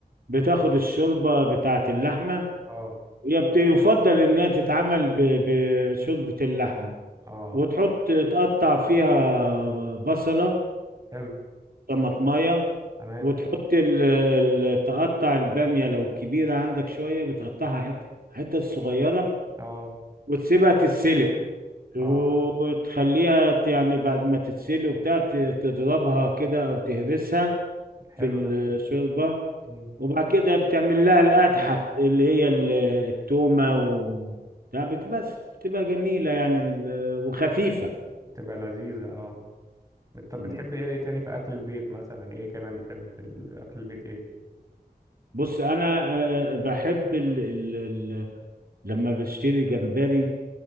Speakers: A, on the right; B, on the right.
A: بتاخد الشوربه بتاعه اللحمه
B: اه
A: هي بت... يفضل انها تتعمل ب... بشوربه اللحمه
B: اه
A: وتحط تقطع فيها بصله
B: حلو
A: طماطمايه
B: تمام
A: وتحط ال... ال... تقطع الباميه لو كبيره عندك شويه بتقطعها حت... حتت صغيره
B: اه
A: وتسيبها تتسلق وتخليها
B: اه
A: ت- يعني بعد ما تتسلق وبتاع ت- تضربها كده او تهرسها
B: حلو
A: في الشوربة
B: ده مم.
A: وبعد كده بتعمل لها القدحة بت- اللي هي ال- التومة و بتاع بت- بس بتبقى جميلة يعني ال- وخفيفة
B: بتبقى لذيذة اه بت- طب
A: مم.
B: بتحب ايه تاني في اكل البيت مثلا ايه كمان بتحب في ال- اكل البيت ايه
A: بص أنا آه، آه، بحب ال... ال... ال... لما بشتري جمبري